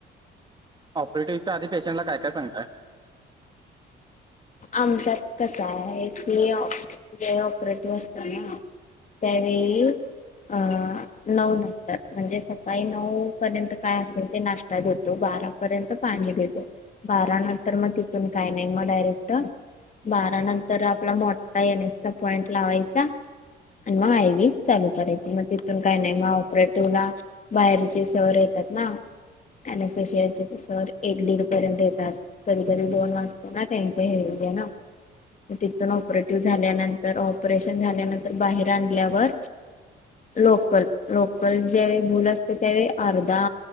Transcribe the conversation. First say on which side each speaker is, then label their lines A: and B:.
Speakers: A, on the right (about 20°); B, on the left (about 40°).
A: ऑपरेटिव्हच्या आधीपेशंटला काय काय सांगताय
B: आमचात कस आहे की जे ऑपरेटिव्ह असत ना. त्यावेळी. अ नऊ नंतर म्हणजे सकाळी नऊ पर्यंत काय असेल ते नाश्ता देत टो बारापर्यंत पाणी देतो बारा नंतर मग तिथून काय नाही मग डायरेक्ट. बारा नंतर आपला मोठा एन एस चा पॉईंट लावायचा. आणि मग आय वी चालू करायची मग तिथून काय नाही मग ऑपरेटिव्हला. बाहेरचे सर येतात ना एन एस एशयाचे सर एक दीड र्यंत येतात कधी कधी दोन वाजते ना त्यांच हेे ना. तिथून ऑपरेटिव्ह झाल्यानंतर ऑपरेशन झाल्यानंतर बाहेर आणल्यावर. लोकल लोकल ज्यावे भूल असते त्यावे अर्धा